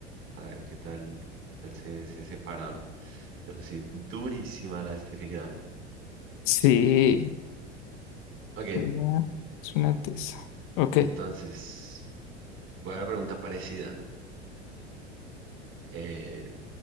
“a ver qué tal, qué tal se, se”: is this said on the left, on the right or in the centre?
Right